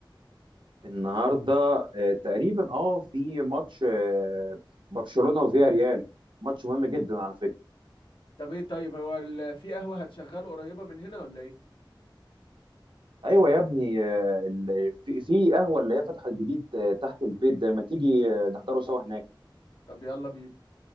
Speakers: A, on the right; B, on the left.
A: النهارده آه، تقريبا اه في ماتش آه، برشلونه وفياريال ماتش مهم جدا على فكره
B: طب ايه طيب هو ال... في قهوة هتشغله قريبة من هنا ولا ايه
A: ايوه يا ابني آه، ال- في في قهوه اللي هي فتحت جديد آه، تحت البيت ده ما تيجي آه، نحضره سوا هناك
B: طب يلا بينا